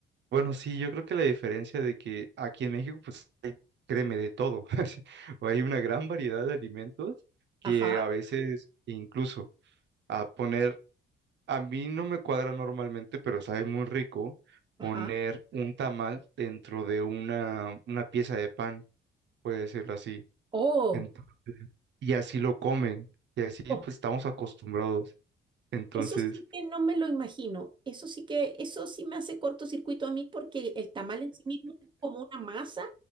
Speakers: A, on the right; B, on the right.
A: bueno, sí, yo creo que la diferencia de que aquí en México, pues, hay, créeme, de todo. <laughs> así, o Hay una gran variedad de alimentos que
B: ajá,
A: a veces incluso a poner, a mí no me cuadra normalmente, pero sabe muy rico
B: ajá.
A: poner un tamal dentro de una, una pieza de pan, voy a decirlo así.
B: Oh,
A: Entonces, y así lo comen, y así
B: oh,
A: pues estamos acostumbrados. Entonces,
B: eso sí que no me lo imagino. Eso sí que, eso sí me hace cortocircuito a mí porque el tamal en sí mismo es como una masa